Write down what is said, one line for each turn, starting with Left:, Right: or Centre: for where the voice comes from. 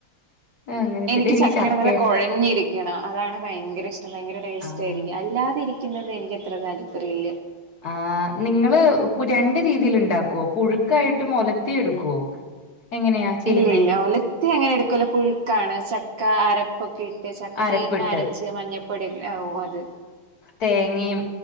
Left: അങ്ങനെ
Right: എനിക്ക്
Left: പിന്നെ
Right: ചക്കയാണേ
Left: ചക്ക
Right: നല്ല കൊഴഞ്ഞിരിക്കണം അതാണ് ഭയങ്കര ഇഷ്ടം ഭയങ്കര ടേസ്റ്റ്
Left: ആഹ്
Right: ആയിരിക്കും അല്ലാതിരി ക്കുന്നത് എനിക്ക് അത്ര താല്പര്യമില്ല.
Left: ആ നിങ്ങള് പു രണ്ട് രീതീല് ഉണ്ടാക്കുവോ പുഴുക്കായിട്ട് ഒലത്തി എടുക്കുവോ എങ്ങനെയാ ചെയ്യുന്നേ
Right: ഇല്ല ഇല്ല ഒലത്തി അങ്ങനെ എടുക്കുവല്ല പുഴുക്കാണ് ചക്ക് <unintelligible> അരപ്പും ഇട്ട് ചക്ക
Left: അരപ്പിട്ട്
Right: തേങ്ങ അരച്ച് മഞ്ഞപ്പൊടി ഒക് ഓ അത്
Left: തേങ്ങേം